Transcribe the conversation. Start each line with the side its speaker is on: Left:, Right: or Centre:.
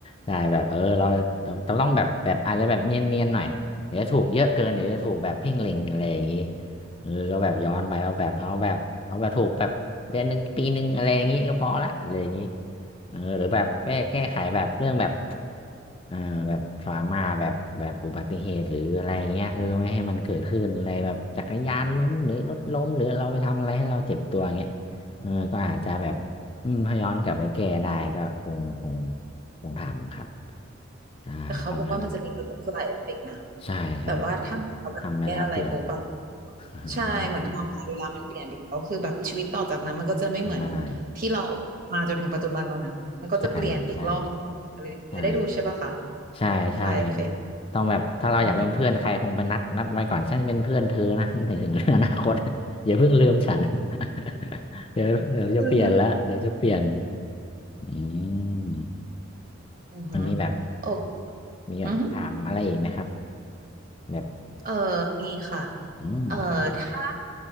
Left: ใช่แบบเออเราเราต้องแบบแบบอาจจะแบบเนียนๆหน่อยเดี๋ยวถูกเยอะเกินเดี๋ยวจะถูกแบบเพ่งเล็งอะไรอย่างนี้เออก็แบบย้อนไปเอาแบบเอาแบบเอาแบบถูกแบบเดือนหนึ่งปีหนึ่งอะไรอย่างนี้ก็พอละอะไรอย่างนี้ เออหรือแบบแก้แก้ไขแบบเรื่องแบบเอ่อแบบทรามาแบบแบบอุบัติเหตุหรืออะไรเงี้ยเออไม่ให้มันเกิดขึ้นอะไรแบบจักรยานล้มหรือรถล้มหรือเราไปทำอะไรให้เราเจ็บตัวเงี้ยเออก็อาจจะแบบอืมถ้าย้อนกลับไปแก้ได้ก็คงคงคงทำครับใช่ประมาณนี้
Right: แต่เขาบอกว่ามันจะมีแบบ butterfly effect นะ
Left: ใช่ใช่ใช่
Right: แบบว่าถ้าเราแบบแก้อะไรปุ๊บแบบ
Left: ทำไปแล้วเปลี่ยน <laughs>
Right: ใช่เหมือนไทม์ไลน์เวลามันเปลี่ยนไปแล้วคือแบบชีวิตต่อจากนั้นมันก็จะไม่เหมือน
Left: ใช่
Right: ที่เรามาจนถึงปัจจุบันแล้วนะมันก็จะเปลี่ยนอีกรอบนึงอะไรอย่างเงี้ยได้ดูใช่ปะคะ
Left: ใช่ใช่ใช่ ใช่ใช่
Right: butterfly effect
Left: ต้องแบบถ้าเราอยากเป็นเพื่อนใครคงไปนัดนัดไว้ก่อนฉันเป็นเพื่อนเธอนะ
Right: อือฮึ <laughs>
Left: <laughs> ถึงถึงเรื่องอนาคต <laughs> อย่าเพิ่งลืมฉัน <laughs> เดี๋ยวเดี๋ยวจะเปลี่ยนละเดี๋ยวจะเปลี่ยน
Right: เออ
Left: อืม
Right: อือหือ
Left: มันมีแบบ
Right: โอเค
Left: มีแบบคำถามอะไรอีกไหมครับ
Right: อือหือ
Left: แบบ
Right: เออมีค่ะ
Left: อืมครับ
Right: เออถ้า